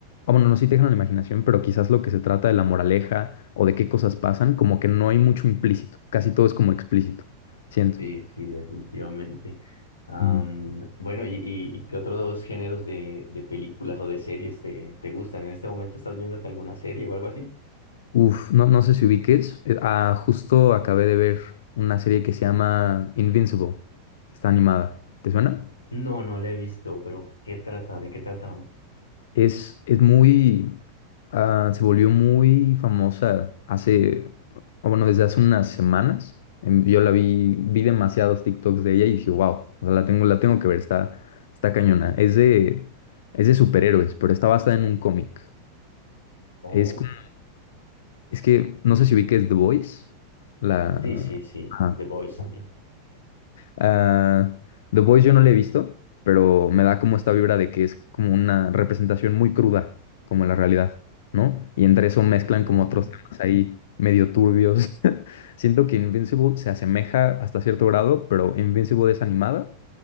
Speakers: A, on the left; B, on the left.
A: Ah, bueno, no, sí te dejan a la imaginación, pero quizás lo que se trata de la moraleja o de qué cosas pasan, como que no hay mucho implícito, casi todo es como explícito, siento.
B: sí, sí, definitivamente. Am,
A: Ujú.
B: bueno, y, y, y qué otros dos géneros de, de películas o de series te, te gustan? ¿En este momento estás viéndote alguna serie o algo así?
A: Uf, no, no sé si ubiques. Eh, Ah, justo acabé de ver una serie que se llama Invincible. Está animada. ¿Te suena?
B: No, no la he visto, pero ¿qué trata? ¿De qué trata?
A: Es, es muy... ah, se volvió muy famosa hace... o Bueno, desde hace unas semanas. Em, Yo la vi, vi demasiados TikToks de ella y dije, wow, o sea, la tengo, la tengo que ver, está, está cañona. Es de, es de superhéroes, pero está basada en un cómic.
B: Oh,
A: Es como, es que no sé si ubiques The Voice. La...
B: sí, sí, sí,
A: Ajá.
B: The Voice.
A: Ah, The Boys yo no la he visto, pero me da como esta vibra de que es como una representación muy cruda, como la realidad, ¿no? Y entre eso mezclan como
B: Oh,
A: otros temas ahí medio turbios. <laughs> Siento que Invincible se asemeja hasta cierto grado, pero Invincible es animada,